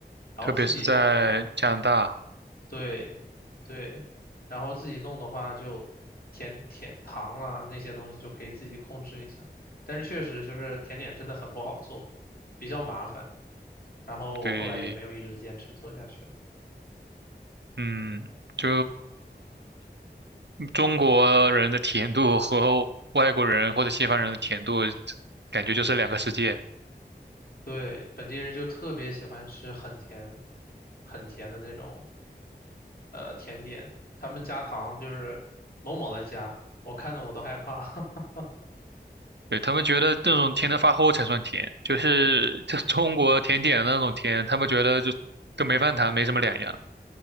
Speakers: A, on the left (about 60°); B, on the right (about 90°).
A: 然后自己弄的话，
B: 特别是在加拿大，
A: 对对，然后自己弄的话就甜甜糖啦那些东西就可以自己控制一下，但是确实就是甜点真的很不好做，比较麻烦。然后我后来也没有一直坚持做下去了。
B: 对，嗯，就中国人的甜度和外国人或者西方人的甜度，感觉就是两个世界。
A: 对，本地人就特别喜欢吃很甜、很甜的那种呃甜点，他们加糖就是某某的加，我看着我都害怕。<laughs>
B: 对，他们觉得那种甜的发齁才算甜，就是就中国甜点的那种甜，他们觉得就跟没饭谈没什么两样。